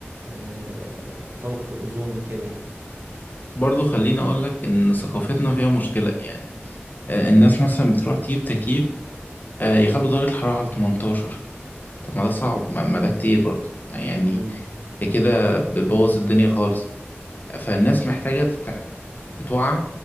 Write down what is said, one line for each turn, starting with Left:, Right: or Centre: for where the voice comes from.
Right: آه، طبقة الأوزون وكده يعني
Left: برضو خليني اقول لك ان ثقافتنا فيها مشكله يعني آه، الناس مثلا بتروح تجيب تكييف آه، يخلوا درجه الحراره على 18 طب ما ده صعب ما ما ده كتير برضو ما يعني
Right: امم
Left: كده بتبوظ الدنيا خالص فالناس محتاجة تتع- تتوعى